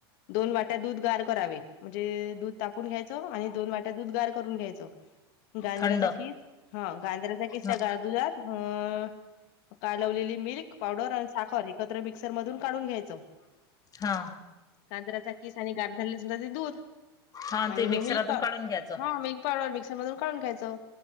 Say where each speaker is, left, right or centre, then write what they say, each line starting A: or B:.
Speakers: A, on the left (about 60°); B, on the left (about 25°).
A: दोन वाट्या, दूध गार करावे, म्हणजे दूध तापून घ्यायच आणि दोन वाट्या, दूध गार करून घ्यायचं.. गांजराचा
B: थंड
A: किस, हां गांजराचा किस, त्या
B: हा
A: गार दुधात, अ कालवलेली मिल्क पावडर आणि एकत्र मिक्सर मधून, काढून घ्यायचं.
B: हा.
A: गाजराचा किस आणि गार झाली, सुधा ते दूध,
B: हा
A: आणि
B: ते मिक्सरातून
A: मिल्क पा,
B: काढून घ्यायचं
A: हां मिल् पाडर मिक्सर मधून, काढून घ्यायचं,